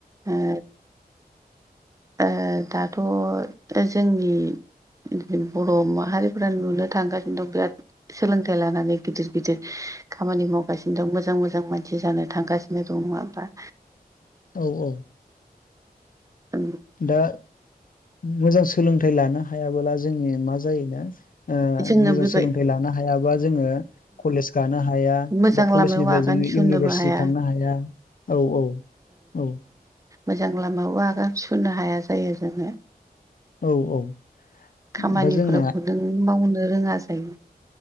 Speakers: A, on the right; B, on the left.
A: ओ ओ दाथ ओ जोंनि बिदिन बर माहारिफ्रा नुनो थांगासिनो दं बिराद सोलोंथाइ लानानै गिदिर गिदिर खामानि मावगासिनो दं मोजां मोजां मानसि जानो थांगा बे दं नङा होमबा
B: औ औ।
A: उम।
B: दा मोजां सोलोंथाइ लानो हायाबोला जोंनि मा जायोनो ओ
A: जोङो
B: मोजां
A: बेबाय
B: सोलोंथाइ लानो हायाबा जोङो कलेज गानो हाया
A: मोजां
B: दा कलेजनिफ्राय
A: लामायाव आगान
B: जोङो
A: सुरनोबो
B: इउनिभारसिटि
A: हाया
B: थांनो हाया औ औ औ।
A: मोजां लामायाव आगान सुनो हाया जायो जोङो।
B: औ औ।
A: खामानिफोरखौ
B: दा जोंना
A: नों मावनो रोङा जायो।